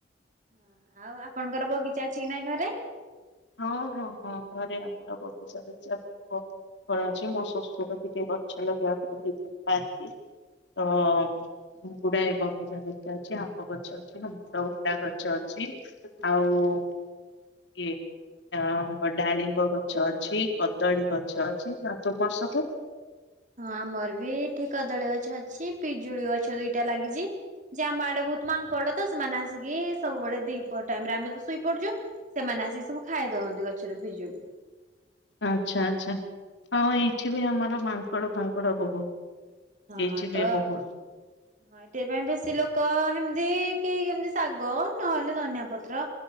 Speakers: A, on the right; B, on the left.
A: ହଁ ଆଉ ଆପଣଙ୍କର ବଗିଚା ଅଛି କି ନାଇଁ ଘରେ?
B: ହଁ ହଁ ହଁ ଘରେ ଆମର ବବିଚା ଫାଗିଚା ଥିବ। କଣ ଅଛି ମୋ ଶସୁର ଟିକେ ଗଛ ଲାଗେଇବାକୁ ଭଲ ପାଆନ୍ତି। ତ ମୁ ଗୁଡାଏ ବଗିଚା ହରିକା ଅଛି। ଆମ୍ବ ଗଛ ଅଛି ଅମୃଭଣ୍ଡା ଗଛ ଅଛି। ଆଉ କିଏ? ଆ ଡାଳିମ୍ବ ଗଛ ଅଛି କଦଳୀ ଗଛ ଅଛି। ଆଉ ତୁମର ସବୁ?
A: ହଁ ଆମର ବି ଏଠି କଦଳୀ ଗଛ ଅଛି ପିଜୁଳି ଗଛ ଦିଇଟା ଲାଗିଛି। ଯେ ଆମ ଆଡେ ବହୁତ ମାଙ୍କଡ ତ ସେମାନେ ଆସିକି ସବୁବେଳେ ଦି ପହର ଟାଇମ୍ ରେ ଆମେ ତ ଶୋଇ ପଡଛୁ। ସେମାନେ ଆସିକି ସବୁ ଖାଇ ଦଅନ୍ତି ଗଛରେ ପିଜୁଳି।
B: ଆଚ୍ଛା ଆଚ୍ଛା ହଁ ଏଇଠି ବି ଆମର ମାଙ୍କଡ ଫାଙ୍କଡ ବହୁତ। ଲିଚି
A: ହଁ ତ
B: ବି ବହୁତ୍।
A: ହଁ ଏଥି ପାଇଁ ବେଶୀ ଲୋକ ସେମିତି କେହି କେମିତି ଶାଗ ନହେଲେ ଧନିଆ ପତ୍ର।